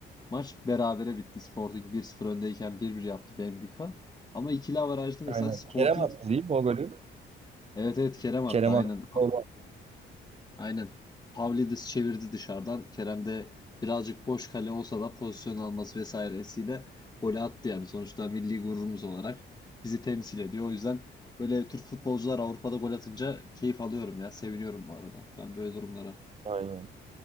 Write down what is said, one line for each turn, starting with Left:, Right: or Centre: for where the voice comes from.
Left: Maç berabere bitti. Sporting bir sıfır öndeyken 1-1 yaptı Benfica. Ama ikili averajda mesela
Right: Aynen.
Left: Sporting
Right: Kerem attı değil mi o golü?
Left: evet evet Kerem attı
Right: Kerem
Left: aynen.
Right: attı. o gol.
Left: Aynen. Pavlidis çevirdi dışarıdan. Kerem de birazcık boş kale olsa da pozisyon alması vesairesiyle golü attı yani. Sonuçta milli gururumuz olarak bizi temsil ediyor. O yüzden böyle Türk futbolcular Avrupa'da gol atınca keyif alıyorum ya. Seviniyorum bu arada. Ben böyle durumlara.
Right: Aynen.